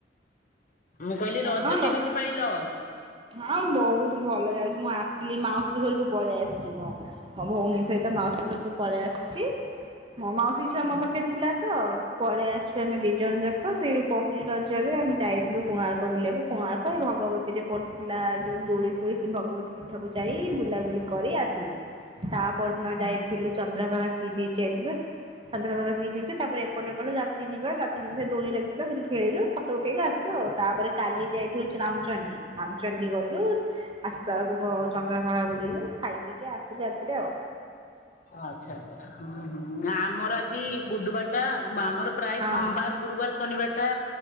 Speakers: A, on the left (about 45°); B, on the right (about 30°).
A: ମୁଁ କଇଲି ରଜ
B: ହଁ
A: କେମିତି
B: ନ
A: ପାଳିଲ?
B: ହଁ ବହୁତ ଭଲ ଯାଉଚୁ ମୁଁ ଆସଥିଲି ମାଉସୀ ଘରକୁ ପଳେଇ ଆସିଚି ମୁଁ। ମୋ ଭଉଣୀ ସଇତ ମାଉସୀ ଘରକୁ ପଳି ଆସିଚି। ମୋ ମାଉସୀ ଝିଅ ଆମ ପାଖରେ ଥିଲା ତ ପଳେଇ ଆସିଚୁ ଆମେ ଦି ଜଣ ଯାକ ସେଇ ପହିଲି ରଜରେ ଆମେ ଯାଇଥିଲୁ କୋଣାର୍କ ବୁଲିବାକୁ କୋଣାର୍କ ଏଇ ଭଗବତୀରେ ପଡୁଥୁଲା ଯୋଉ ଦୋଳି ଫୋଳି ସେ ଭଗବତୀ ପୀଠକୁ ଯାଇ ବୁଲାବୁଲି କରି ଆସିଲୁ। ତା ପରଦିନ ଯାଇଥିଲୁ ଚନ୍ଦ୍ରଭାଗା ସି ବି <unintelligible> ଚନ୍ଦ୍ରଭାଗା ସି ବିଚ୍ ତା ପରେ ଏପଟେ ଗଲୁ ଯା ତ୍ରିନିବା <unintelligible> ଦୋଳି ଲାଗିଥିଲା ସେଠି ଖେଳିଲୁ ଫଟୋ ଉଠେଇଲୁ ଆସିଲୁ ଆଉ ତାପରେ କାଲି ଯାଇଥିଲୁ ରାମଚଣ୍ଡୀ ରାମଚଣ୍ଡୀ ଗଲୁ ଆସିଲା ବେଳୁକୁ ବ ଚନ୍ଦ୍ରଭାଗା ବୁ ଲିଲୁ ଖାଇ ପିକି ଆସିଲୁ ରାତିରେ ଆଉ।
A: ଓ ଆଚ୍ଛା ଆଚ୍ଛା ହଁ ହୁଁ ଆମର ଆଜି ବୁଧବାର ଟା ଆମର ପ୍ରାୟ
B: ହଁ
A: ସମବାର, ଗୁରୁବାର, ଶନିବାର ଟା